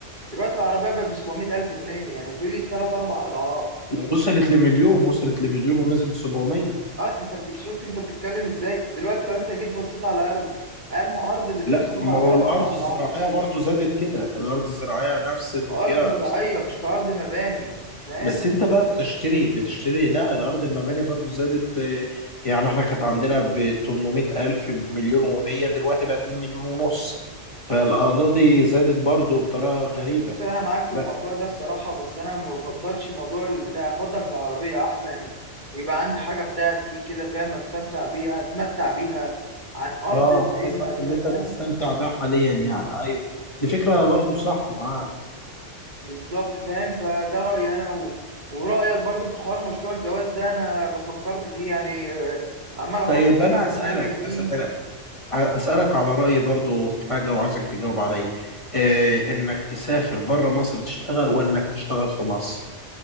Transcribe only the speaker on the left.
وصلت لمليون وصلت لمليون ونزلت 700
لا
ما هو
الارض
الزراعيه
برضو زادت كده الارض الزراعيه نفس المقياس
بس انت بقى بتشتري بتشتري لا الارض المباني برضو زادت آه، يعني احنا كانت عندنا ب 800 الف بمليون و100 دلوقتي بقى 2 مليون ونص فالاراضي زادت برضو بطريقه غريبه
بقى
اه انت
قصدك
اللي انت
تستمتع بيها حاليا يعني ايوه دي
فكره برضو صح معاك
طيب انا
اسالك
اسالك أسألك على رأيي برضو في حاجة وعايزك تجاوب عليا إيه إنك تسافر بره مصر تشتغل وإنك تشتغل في مصر